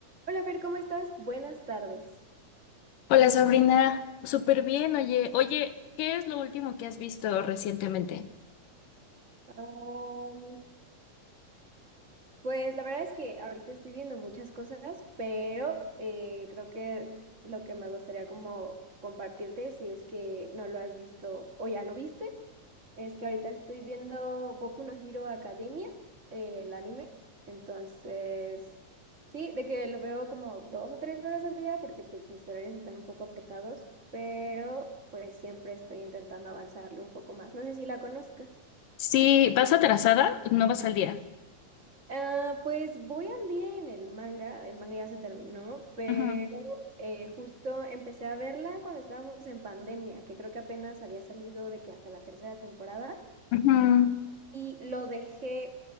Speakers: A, on the right; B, on the left.
A: Hola, Fer, ¿cómo estás? Buenas tardes.
B: Hola Sabrina, súper bien, oye, oye, ¿qué es lo último que has visto recientemente?
A: Am, pues la verdad es que ahorita estoy viendo muchas cosas, pero eh, creo que lo que me gustaría como compartirte, si es que no lo has visto o ya lo viste, Es que ahorita estoy viendo Boku no Hero Academia, eh, el anime. Entonces, sí, de que lo veo como dos o tres horas al día porque pues mis horarios están un poco apretados, pero pues siempre estoy intentando avanzarlo un poco más. No sé si la conozcas.
B: Si vas atrasada, no vas al día.
A: Ah, pues voy al día en el manga, el manga ya se terminó, pero
B: Ujú,
A: eh, justo empecé a verla cuando estábamos en pandemia, que creo que apenas había salido de que hasta la tercera temporada.
B: ujú.
A: y lo dejé